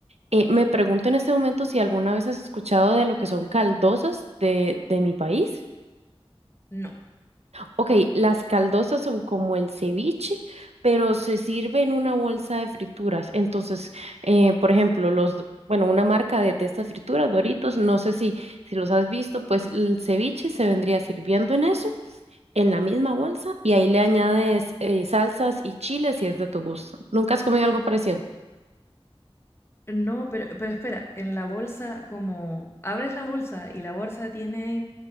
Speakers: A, on the right; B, on the left.
A: Eh, me pregunto en este momento si alguna vez has escuchado de lo que son caldosas de, de mi país.
B: No.
A: Ok, las caldosas son como el ceviche, pero se sirve en una bolsa de frituras. Entonces, eh, por ejemplo, los, do- bueno, una marca de, de estas frituras, Doritos, no sé si, si los has visto, pues el ceviche se vendría sirviendo en eso, en la misma bolsa, y ahí le añades eh, salsas y chiles si es de tu gusto. ¿Nunca has comido algo parecido?
B: No, pero, pero espera, en la bolsa, como abres la bolsa y la bolsa tiene,